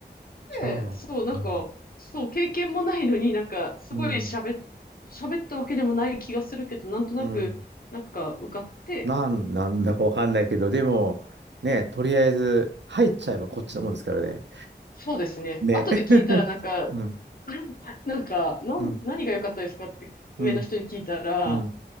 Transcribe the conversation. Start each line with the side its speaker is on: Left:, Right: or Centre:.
Right: じゃあ、
Left: で、そう、なんか、
Right: うん。
Left: そう、経験もないのになんか、すごい喋っ、
Right: うん。
Left: 喋ったわけでもない気がするけど、なんとなく、
Right: うん。
Left: なんか、受かって、
Right: なん、なんだかわかんないけど、
Left: なんか、
Right: でも、ね、とりあえず、入っちゃえばこっちのもんですからね。
Left: うん、そうですね。
Right: ね。
Left: 後で聞いたら、
Right: <laughs>
Left: なんか、
Right: うん。
Left: <laughs> なんか、なん、
Right: うん。
Left: 何が良かったですかって上の人に聞いたら、
Right: うん。うん。